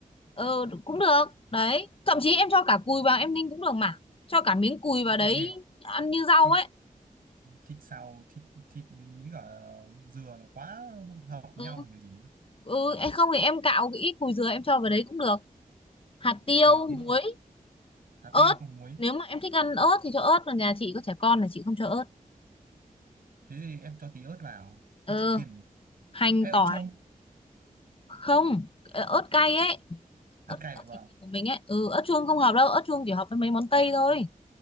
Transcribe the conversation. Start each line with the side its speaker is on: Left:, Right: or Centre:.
Left: ừ cũng được đấy thậm chí em cho cả cùi vào em ninh cũng được mà cho cả miếng cùi
Right: đúng
Left: vào
Right: rồi
Left: đấy
Right: nhỉ
Left: ăn như rau
Right: thịt
Left: ấy
Right: thịt xào thịt thịt với cả dừa là quá hợp với
Left: ừ
Right: nhau rồi còn gì nữa
Left: ừ em không thì em cạo cái ít cùi dừa em cho vào đấy cũng được hạt tiêu
Right: vâng tí
Left: muối
Right: rồi. hạt
Left: ớt
Right: tiêu muối
Left: nếu mà em thích ăn ớt thì cho ớt còn nhà chị có trẻ con là chị không cho ớt
Right: thế thì em cho tí ớt vào ớt
Left: ừ
Right: chỉ thiên
Left: hành
Right: hay ớt
Left: tỏi
Right: chuông
Left: không ờ, ớt cay ấy
Right: ớt
Left: ớt
Right: cay
Left: ớt
Right: vâng
Left: chỉ của mình ấy ừ ớt chuông không hợp đâu ớt chuông chỉ hợp với mấy món tây thôi